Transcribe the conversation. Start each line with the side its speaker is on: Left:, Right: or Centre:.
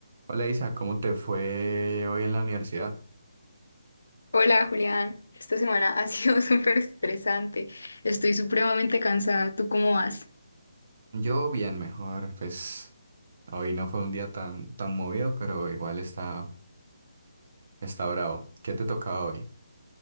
Right: Hola Isa, ¿cómo te fue hoy en la universidad?
Left: Hola Julián, esta semana ha sido <laughs> súper estresante, estoy supremamente cansada, ¿tú cómo vas?
Right: Yo bien, mejor, pues hoy no fue un día tan, tan movido, pero igual está, está bravo. ¿Qué te tocaba hoy?